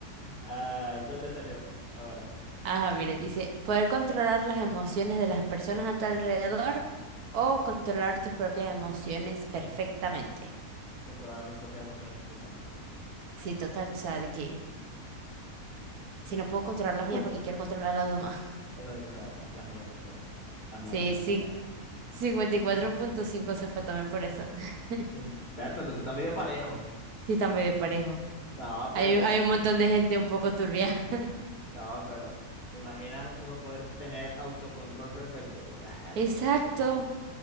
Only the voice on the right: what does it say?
Ajá, mire, dice, poder controlar las emociones de las personas a tu alrededor o controlar tus propias emociones perfectamente.
Sí, total, o sea, de que si no puedo controlar las mías,
¿para qué quiero controlar las demás? <laughs>
Sí,
sí,
cincuenta y cuatro punto cinco se fue también por eso. <laughs>
Sí, está medio parejo.
Hay,
hay un montón de gente un poco turbia.
<laughs> Exacto,